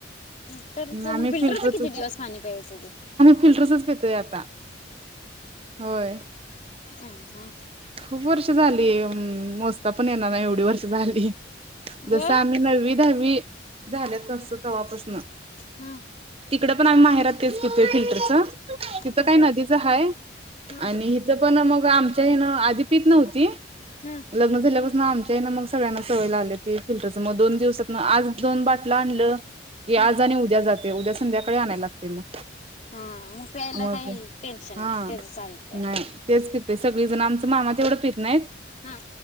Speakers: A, on the left; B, on the right.
A: फिल्टरच
B: आम्ही
A: मग
B: फिल्टरच
A: किती
B: की.
A: दिवस पाणी प्यायचं ते
B: फिल्टरचच पितोय आता. <inaudible> होय.
A: हम्म हम्म.
B: खूप वर्ष झाली मोजता पण येणार नाही एवढी वर्ष झाली. जस
A: हो
B: आम्ही नववी दहावी झाल्या तसं तवापासनं.
A: ह
B: तिकड पण आम्ही माहेरात तेच पीतोय फिल्टरच. तिथं
A: फिल्टरच
B: काय नदीच हाय
A: हा
B: आणि हित पण मग आमच्या ह्यांना आदि पीत नव्हती.
A: हा
B: लग्न झाल्यापास ना आम च्यानं मग सगळ्यांना सवय लागल्या ती फिल्टरचं मग दोन दिवसांतनंआज दोन बाटलं आणलं की
A: हा
B: आज आणि उद्या जातंय, उद्या संध्याकाळी आणायला लागतंय मग
A: हा मग प्यायला
B: मग
A: काही टेन्शन
B: हा
A: नाही त्याच चालतय
B: नाही तेच की. ते सगळी जण आमच मामा तेवढं पीत नाहीत.
A: हं.